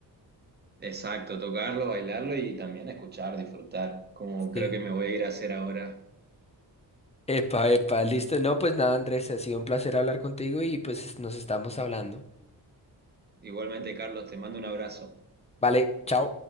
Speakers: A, on the right; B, on the left.
A: Exacto, tocarlo, bailarlo y también escuchar, disfrutar, como creo
B: Sí.
A: que me voy a ir a hacer ahora.
B: Epa, epa, listo. No, pues nada, Andrés, ha sido un placer hablar contigo y pues nos estamos hablando.
A: Igualmente, Carlos, te mando un abrazo.
B: Vale, chao.